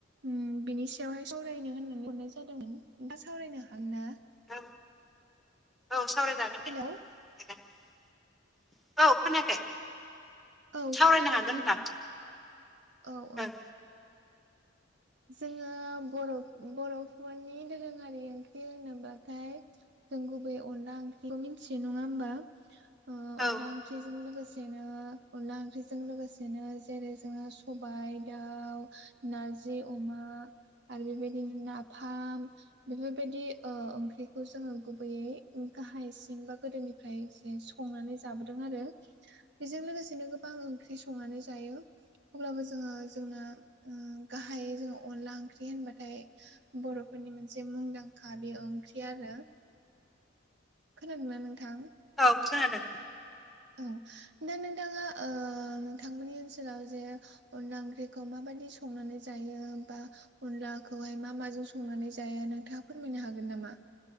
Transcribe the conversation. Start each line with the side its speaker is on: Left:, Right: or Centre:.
Right: उम बिनि सायावहाय सावरायनो होननानै हरनाय जादोंमोन सावरायनो हागोन ना?
Centre: औ औ सावरायजा
Right: हेलौ
Centre: <inaudible> औ खोनायाखै
Right: औ
Centre: सावरायनो
Right: खोनादों
Centre: हागोन
Right: खोनादों
Centre: होनदां।
Right: औ औ।
Centre: ओं
Right: जोङो बर'- बर'फोरनि दोरोङारि ओंख्रि होनोब्लाथाय जों गुबै अनला ओंख्रिखौ मिथियो नङा होमबा ओ अनला
Centre: औ
Right: ओंख ख्रिजों लोगोसेनो अनला ओंख्रिजों लोगोसेनो जेरै जोंङो सबायाइ दाउ, नारजि अमा आरो बेबायदिनो नाफाम। बेफोरबायदि ओ ओंख्रिखौ जोङो गुबैयै गाहायसिम बा गोदोनि फ्राय जे संनानै जाबोदों आरो।
Centre: <inaudible>
Right: बेजों लोगोसेनो गोबां ओंख्रि संनानै जायो अब्लाबो जोङो जोंना ओ गाहायै जोङो अनला ओंख्रि होनबाथाय बर'फोरनि मोनसे मुंदांखा बे ओंख्रि आरो। खोनादोंना नोंथां?
Centre: औ खोनादों।
Right: औ दा नोंथाङा ओ थांमोननि ओनसोलाव जे अनला ओंख्रिखौ माबायदि संनानै जायो बा अनलाखौहाय मा माजों संनानै जाया नोंथाङा फोरमायनो हागोन नामा?